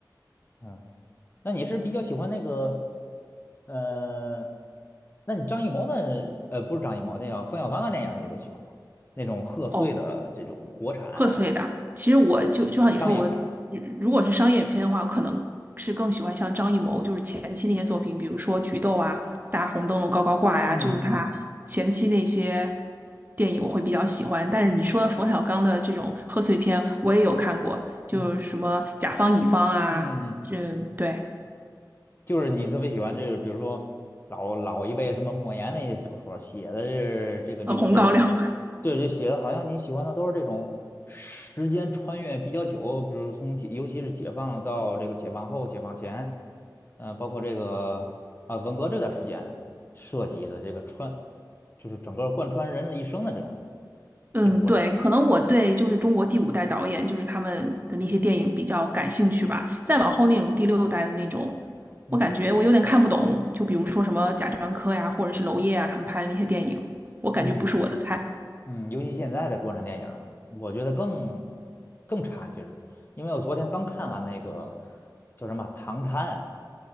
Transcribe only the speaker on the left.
嗯，那你是比较喜欢那个，呃，那你张艺谋的，呃，不是张艺谋，那叫冯小刚的电影你都喜欢吗？那种贺岁的这种国产
商业片儿。
嗯嗯
嗯。嗯嗯嗯，
就是你特别喜欢这个，比如说老老一辈什么莫言那些小说写的是这个这个这个，
对，就写的好像你喜欢的都是这种时间穿越比较久，比如从解尤其是解放到这个解放后、解放前，嗯，包括这个啊文革这段时间涉及的这个穿，就是整个贯穿人的一生的这种
这种国产电影。
嗯
嗯。嗯，尤其现在的国产电影儿啊我觉得更更差劲儿，因为我昨天刚看完那个叫什么《唐探》啊，